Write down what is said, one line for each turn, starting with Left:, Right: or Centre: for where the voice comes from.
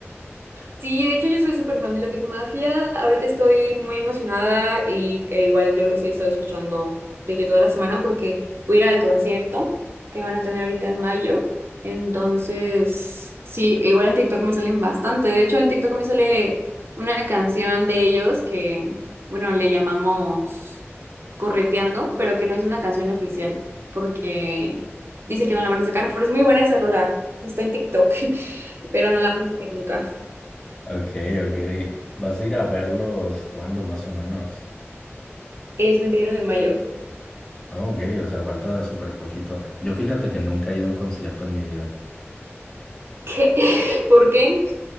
Right: Sí, de hecho yo soy súper fan de Latin Mafia. Ahorita estoy muy emocionada y e igual yo los he estado escuchando de que toda la semana porque voy a ir al concierto que van a tener ahorita en mayo. Entonces, sí, igual en TikTok me salen bastante. De hecho, en TikTok me sale una canción de ellos que, bueno, le llamamos Correteando, pero que no es una canción oficial porque dicen que no la van a sacar, pero es muy buena esa rola. Está en TikTok, <laughs> pero no la van a sacar nunca.
Left: Ok, ok. ¿Vas a ir a verlos cuándo más o menos?
Right: El 31 de mayo.
Left: Ah, Ok, o sea, falta súper poquito. Yo fíjate que nunca he ido a un concierto en mi vida.
Right: ¿Qué? <laughs> ¿Por qué?